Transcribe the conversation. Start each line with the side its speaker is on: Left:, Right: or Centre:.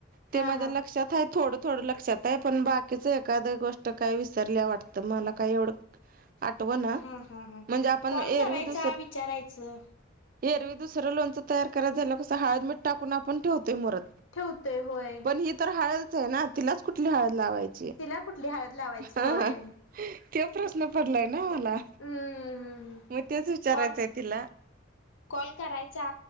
Right: ते
Left: हा
Right: माझ्या
Left: हा
Right: लक्षात आहे थोडं. थोडं लक्षात आहे पण बाकीच एखाद गोष्ट काय विसरल्या वाटतं मला काय एवढं. आठव ना
Left: हा हा हा
Right: म्हणजे आपण
Left: कॉल
Right: एरवी
Left: करायचा
Right: दुसर.
Left: विचारायचं
Right: एरवी दुसरं लोणचं तयार कराय झाला कसं हळदमीट टाकून आपण ठेवतोय मुरत.
Left: ठेवतेय होय.
Right: पण ही तर हळदच आहे ना तिलाच कुठली हळद लावायची.
Left: तिला कुठली हळद लावायची
Right: ह
Left: होय
Right: ते. प्रश्न पडलाय ना मला
Left: हम्म हम्म हम्म
Right: मग तेच विचारायचंय
Left: कॉल
Right: तिला.
Left: कॉल करायचा.